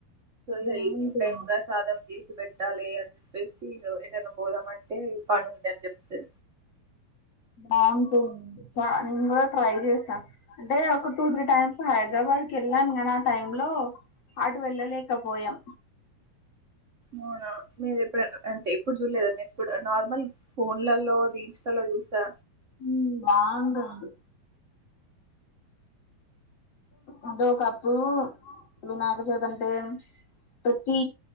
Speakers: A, on the right; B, on the left.
A: వినింగ్
B: బాగుంటుంది
A: టై సాధసి పెట్టాలి అని చెప్పేసి ఏదైనా పోదామంటే పనింది అని చెప్తే
B: లాంగ్ టూర్ అ చ నేను కూడా ట్రై చేస్తా అంటే ఒక టూ త్రీ టైమ్స్ హైదరాబాద్కి వెళ్ళాం కానీ ఆ టై లో అటు వెళ్ళలేకపోయాం
A: అవునా మీరు ఎప్పుడ అంటే ఎప్పుడు చూడలేదా మీరు ఇప్పుడు నార్మల్ ఫోన్లలో రీల్స్లలో చూసా
B: ఉ బాగుంటుంది అంటే ఒకప్పుడు వినాయక చేతి అంటే ప్రతి